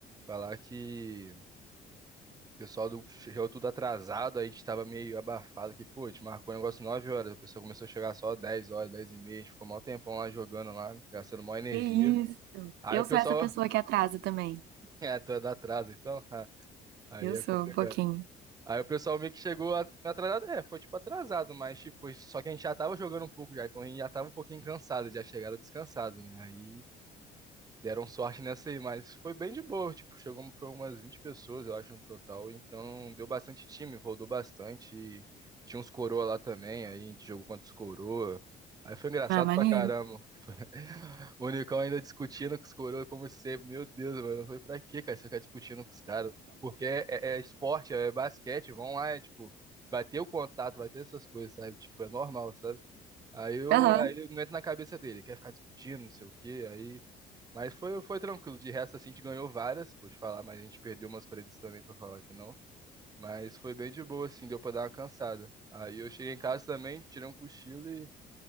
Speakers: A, on the right; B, on the right.
A: Falar que O pessoal do chegou tudo atrasado, a gente tava meio abafado que, pô, a gente marcou um negócio 9 horas, o pessoal começou a chegar só 10 horas, 10 e meia, a gente ficou mó tempão lá jogando lá, gastando mó energia.
B: Que isso?
A: Aí
B: Eu
A: o pessoal,
B: sou essa pessoa
A: <laughs>
B: que atrasa também.
A: é, tu é da atraso, então? <laughs> Ah,
B: Eu
A: Aí
B: sou
A: é complicado.
B: um pouquinho.
A: Aí o pessoal meio que chegou a- atrasado, é, foi tipo atrasado, mas tipo, só que a gente já tava jogando um pouco já, então a gente já tava um pouquinho cansado, já chegaram descansados, né? Aí deram sorte nessa aí, mas foi bem de boa, tipo, chegou, foi umas 20 pessoas, eu acho, no total, então deu bastante time, rodou bastante, e tinha uns coroa lá também, aí a gente jogou contra os coroa, aí foi engraçado
B: Ah, maneiro.
A: pra caramba, <laughs> o Unicão ainda discutindo com os coroa como sempre, meu Deus, mano, foi pra quê, cara, você ficar discutindo com os caras, porque é, é é esporte, é basquete, vão lá, é tipo, vai ter o contato, vai ter essas coisas, sabe, tipo, é normal, sabe, Aí eu,
B: Aham.
A: aí eu não entro na cabeça dele, quer ficar discutindo, não sei o quê, aí mas foi, foi tranquilo. De resto, assim, a gente ganhou várias, pode falar, mas a gente perdeu umas pra eles também, pra falar que não. Mas foi bem de boa, assim, deu pra dar uma cansada. Aí eu cheguei em casa também, tirei um cochilo e